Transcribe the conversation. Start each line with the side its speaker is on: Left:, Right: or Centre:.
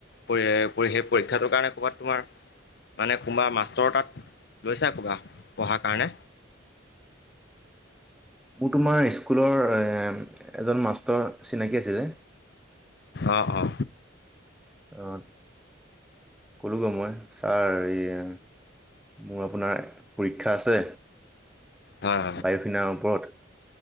Left: পৰীক্ষাটোৰ কাৰণে ক'বাত তোমাৰ মানে কোনোবা মাষ্টৰৰ তাত লৈছা কিবা? পঢ়াৰ কাৰণে
Centre: <inaudible> মোৰ তোমাৰ স্কুলৰ এজন মাষ্টৰ চিনাকী আছিলে।
Left: অ' অ'।
Centre: অ' ক'লো বাৰু মই। ছাৰ এ মোৰ আপোনাৰ, পৰীক্ষা আছে।
Left: হয়
Centre: বায়ুসেনাৰ ওপৰত।